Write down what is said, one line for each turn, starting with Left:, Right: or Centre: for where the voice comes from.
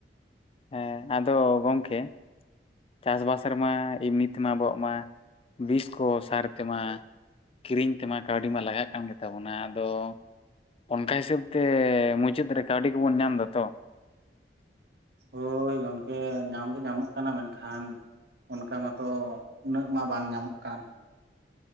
Left: ᱦᱮᱸ ᱟᱫᱚ ᱜᱚᱝᱠᱮᱼᱼ ᱪᱟᱥᱵᱟᱥ ᱨᱮᱢᱟ ᱮᱢᱱᱤ ᱛᱮᱢᱟ ᱟᱵᱚᱣᱟᱜ ᱢᱟ ᱵᱤᱥ ᱠᱚ ᱥᱟᱨ ᱛᱮᱢᱟ ᱼᱼ ᱠᱤᱨᱤᱧ ᱛᱮᱢᱟ ᱠᱟᱹᱣᱰᱤ ᱢᱟ ᱞᱟᱜᱟᱜ ᱠᱟᱱ ᱜᱮ ᱛᱟᱵᱚᱱᱟ, ᱟᱫᱚ ᱚᱱᱠᱟ ᱦᱤᱥᱟᱹᱵᱽ ᱛᱮ ᱢᱩᱪᱟᱹᱫ ᱨᱮ ᱠᱟᱹᱣᱰᱤ ᱠᱚᱵᱚᱱ ᱧᱟᱢ ᱮᱫᱟ ᱛᱚ?
Right: ᱦᱚᱭ ᱜᱚᱢᱠᱮ ᱧᱟᱢ ᱫᱚ ᱧᱟᱢᱚᱜ ᱠᱟᱱᱟ, ᱢᱮᱱᱠᱷᱟᱱ ᱚᱱᱠᱟ ᱢᱟᱛᱚ ᱩᱱᱟᱹᱜ ᱢᱟ ᱵᱟᱝ ᱧᱟᱢᱚᱜ ᱠᱟᱱ᱾